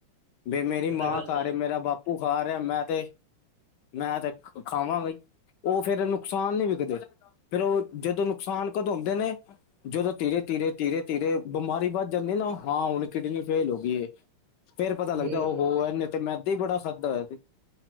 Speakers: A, on the left; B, on the right.
A: ਬੀ ਮੇਰੀ
B: ਇਹ
A: ਮਾਂ
B: ਤਾਂ ਗੱਲ
A: ਖਾ ਰੀ ਮੇਰਾ ਬਾਪ ਪੂ ਖਾ ਰਿਆ ਐ ਮੈਂ ਤੇ ਮੈਂ ਤੇ ਖਾਵਾਂਗਾ ਈ। ਓ ਫੇਰ ਨੁਕਸਾਨ ਨੀ ਵਿਕਦੇ ਫੇਰ ਓ ਜਦੋਂ ਨੁਕਸਾਨ ਕਦੋਂ ਹੁੰਦੇ ਨੇ ਜਦੋਂ ਧੀਰੇ-ਧੀਰੇ-ਧੀਰੇ-ਧੀਰੇ ਬਿਮਾਰੀ ਵੱਦ ਜਾਂਦੀ ਐ ਨਾ ਹਾਂ ਹੁਨ ਕਿਡਨੀ ਫੇਲ ਹੋ ਗੀਏ। ਫੇਰ ਪਤਾ ਲੱਗਦਾ
B: ਏ
A: ਓ
B: ਹੂੰ
A: ਹੋ ਐੇਨੇ ਤੇ ਮੈਦਾ ਈ ਬੜਾ ਖਾਦਾ ਹੋਏਆ।